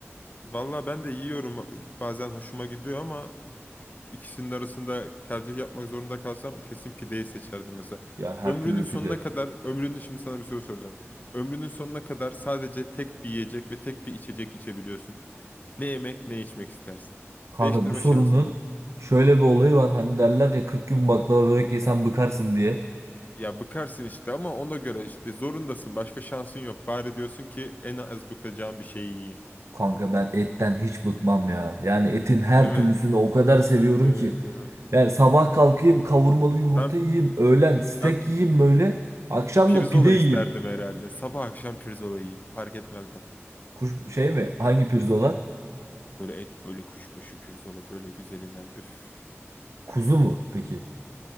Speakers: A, on the left (about 35°); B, on the right (about 80°).
A: Valla ben de yiyorum bazen hoşuma gidiyor ama ikisinin arasında tercih yapmak zorunda kalsam kesin pideyi seçerdim mesela.
B: Ya her
A: Ömrünün
B: türlü
A: sonuna
B: pide.
A: kadar, ömrünün şimdi sana bir soru soracağım. Ömrünün sonuna kadar sadece tek bir yiyecek ve tek bir içecek içebiliyorsun. Ne yemek ne içmek istersin.
B: Kanka
A: Değiştirme
B: bu sorunun
A: şansın yok.
B: şöyle bir olayı var. Hani derler ya 40 gün baklava börek yesen bıkarsın diye.
A: Ya bıkarsın işte ama ona göre işte zorundasın. Başka şansın yok. Bari diyorsun ki en az bıkacağım bir şeyi yiyeyim.
B: Kanka ben etten hiç bıkmam ya. Yani etin her
A: Değil mi?
B: türlüsünü o kadar seviyorum
A: Değil
B: ki.
A: mi? Değil mi?
B: Yani sabah kalkayım kavurmalı yumurta
A: Ben
B: yiyeyim. Öğlen steak
A: ben
B: yiyeyim böyle. Akşam
A: Pirzola
B: da pide yiyeyim.
A: isterdim herhalde. Sabah akşam pirzola yiyeyim. Fark etmez bana.
B: Kuş, şey mi? Hangi pirzola?
A: Böyle et, böyle kuşbaşı pirzola, böyle güzelinden. Üf.
B: Kuzu mu? Peki.